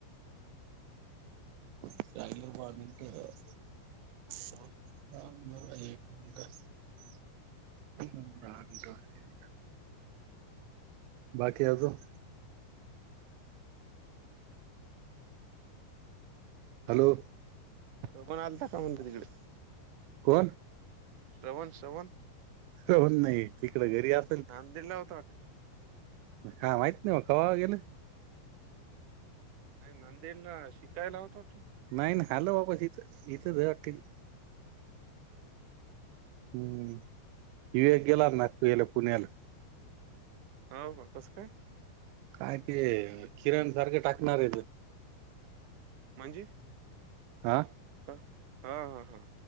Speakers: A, on the right; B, on the right.
A: कायल <unintelligible>
B: ना
A: <unintelligible> बाकी
B: श्रवण
A: अजून. हॅलो.
B: तो पण आलता का म्हणतो तिकडे.
A: कोण?
B: श्रवण श्रवण
A: कोण नाही तिकडे घरी अस
B: नंद दिला होता वाटे.
A: मला काय माहित नाही कावा गेले.
B: नाही नांदेड ला शिकायला होता तू.
A: नाही ना आलो वापस इथं इथं <unintelligible> हम्म विवेक गेला ना <unintelligible> पुण्याला.
B: हावू का कसं काय?
A: काय ते किराणं सारखे टाकणार आहे ते.
B: म्हणजे?
A: हा.
B: हा. हा हा हा...